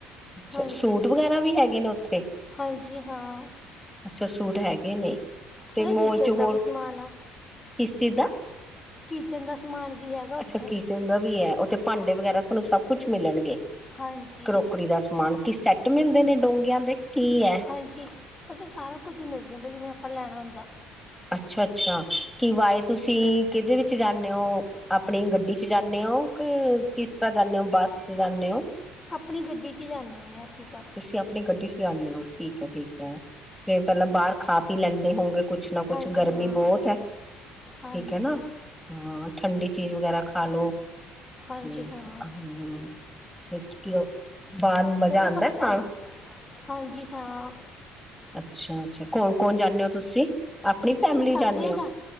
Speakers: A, in the centre; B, on the left (about 25°).
A: ਅੱਛਾ
B: ਹਾਂਜੀ
A: ਸੂਟ ਵਗੈਰਾ ਵੀ ਹੈਗੇ ਨੇ ਉੱਥੇ?
B: ਹਾਂਜੀ ਹਾਂ
A: ਅੱਛਾ ਸੂਟ ਹੈਗੇ ਨੇ।
B: ਉੱਥੇ
A: ਤੇ
B: ਨਾ
A: ਮੋਲ
B: ਕਿਚਨ
A: ਚ
B: ਦਾ
A: ਹੋਰ
B: ਵੀ ਸਮਾਨ ਆ।
A: ਕਿਸ ਚੀਜ਼ ਦਾ।
B: ਕਿਚਨ ਦਾ ਸਮਾਨ ਵੀ ਹੈਗਾ ਉੱਥੇ।
A: ਅੱਛਾ ਕਿਚਨ ਦਾ ਵੀ ਹੈ ਉੱਥੇ ਭਾਂਡੇ ਵਗੈਰਾ ਤੁਹਾਨੂੰ ਸਭ ਕੁਛ ਮਿਲਣਗੇ
B: ਹਾਂਜੀ
A: ਕਰੋਕਰੀ ਦਾ ਸਮਾਨ। ਕਿ ਸੈੱਟ ਮਿਲਦੇ ਨੇ ਡੋਂਗਯਾ ਦੇ। ਕੀ ਹੈ?
B: ਹਾਂਜੀ ਉੱਥੇ ਸਾਰਾ ਕੁੱਝ ਮਿਲ ਜਾਂਦਾ ਜਿਵੇਂ ਆਪਾਂ ਲੈਣਾ ਹੁੰਦਾ।
A: ਅੱਛਾ ਅੱਛਾ ਕਿ ਵਾਯਾ ਤੁਸੀਂ ਕਿਹਦੇ ਵਿੱਚ ਜਾਣੇ ਹੋ? ਆਪਣੀ ਗੱਡੀ 'ਚ ਜਾਣੇ ਹੋ? <unintelligible> ਕਿਸ ਤਰ੍ਹਾਂ ਜਾਣੇ ਓ? ਬੱਸ ਤੇ ਜਾਣੇ ਓ?
B: ਆਪਣੀ ਗੱਡੀ 'ਚ ਜਾਣੇ ਹੁਣੇ ਆ ਅਸੀਂ। ਤਾਂ
A: ਤੁਸੀਂ ਆਪਣੀ ਗੱਡੀ ਚਲਾਂਦੇ ਔ, ਠੀਕ ਹੈ ਠੀਕ ਹੈ, ਫੇਰ ਪਹਿਲਾਂ ਬਾਹਰ ਖਾ ਪੀ ਲੈਂਦੇ ਹੋਗੇ ਕੁੱਛ। ਕੁਛ ਨਾ ਕੁਛ
B: ਹਾਂਜੀ
A: ਗਰਮੀ
B: ਹਾਂ
A: ਬਹੁਤ ਹੈ
B: ਹਾਂਜੀ
A: ਠੀਕ ਹੈ ਨਾ ਹਾਂ। ਠੰਡੀ ਚੀਜ਼ ਵਗੈਰਾ ਖਾ ਲੋ
B: ਹਾਂਜੀ
A: ਤੇ
B: ਹਾਂ
A: ਹੂੰ। ਤੇ ਕਿ ਔ, ਬਾਹਰ ਨੂੰ ਮਜ਼ਾ
B: ਅਸੀਂ
A: ਆਉਂਦਾ
B: ਉੱਥੋਂ ਫਤਿਹ
A: ਖਾਣ।
B: ਹਾਂਜੀ ਹਾਂ।
A: ਅੱਛਾ ਅੱਛਾ ਕੌਣ ਕੌਣ ਜਾਂਦੇ ਹੋ ਤੁਸੀਂ? ਆਪਣੀ ਫੈਮਿਲੀ
B: ਅਸੀਂ ਸਾਰੇ
A: ਹੀ ਜਾਣੇ
B: ਆ ਜਾ
A: ਹੋ,